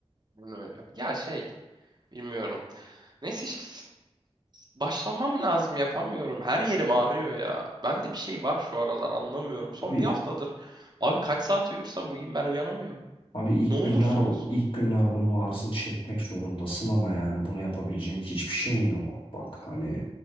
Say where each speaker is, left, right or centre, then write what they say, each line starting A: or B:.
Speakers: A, on the right; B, on the left.
A: bunu öyle. Ya şey. Bilmiyorum. Neyse işte. Başlamam lazım yapamıyorum. Her yerim ağrıyor ya. Bende bir şey var şu aralar anlamıyorum. Son
B: Abi,
A: bir haftadır abi kaç saat uyursam uyuyayım ben uyanamıyorum.
B: abi ilk
A: Ne olursa
B: günler
A: olsun.
B: ilk günler bunun ağrısını çekmek zorundasın ama yani bunu yapabileceğin hiçbir şeyin yok. Bak hani